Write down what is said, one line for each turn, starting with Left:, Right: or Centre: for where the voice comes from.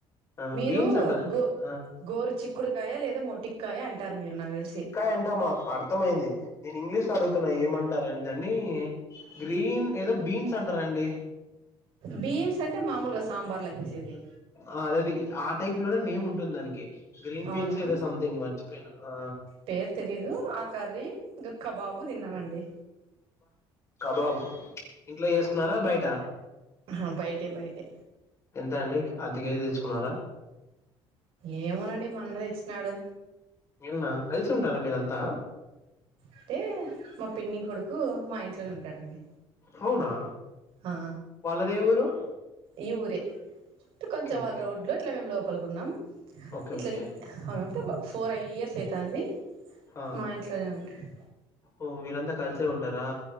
Left: ఆ
Right: మీరు
Left: బీన్స్ అంటార
Right: గో
Left: ఆ
Right: గోరు చిక్కుడుకాయ లేదా మొటిక్కాయ అంటారు మీరు నాకు తెలిసి
Left: ఎంటమా పర్ తమైంది నేను ఇంగ్లీష్ లో అడుగుతున్నా ఏమంటారు అని దాన్ని గ్రీన్ ఏదో బీన్స్ అంటారాండి
Right: బీన్స్ అంటే మామూలుగా సాంబార్ లకెసేది
Left: ఆ అదే అది ఆ టైప్ లోనే నేమ్ ఉంటుంది దానికి గ్రీన్ బీన్స్
Right: అవునా
Left: ఏదో సంథింగ్ మర్చిపోయిన ఆ
Right: పేరు తెలీదు ఆ కర్రి ఇంకా కబాబు తిన్నానండి
Left: కబాబ్ ఇంట్లో చేసుకున్నారా బయట
Right: ఆ బయటే బయటే
Left: ఎంత అండి అర్ధ కేజీ తెచ్చుకున్నారా
Right: ఏమోనండి మా అన్న తెచ్చినాడు
Left: ఏన్న కలిసి ఉంటారా మీరంతా
Right: అంటే మా పిన్ని కొడుకు మా ఇంట్లోనే ఉంటాడండి
Left: అవునా
Right: ఆ
Left: వాళ్ళదేవురు
Right: ఈ ఊరే కొంచెం
Left: ఓకే
Right: వాళ్ళ రోడ్లో ఇట్లా మేము లోపలికున్నాం
Left: ఓకే
Right: ఇట్లనే
Left: ఓకే
Right: అప్పుడు ఒక ఫోర్ ఇయర్స్ అయితంది
Left: ఆ
Right: మా ఇంట్లనే ఉంటండు
Left: ఓ మీరంతా కలిసే ఉంటారా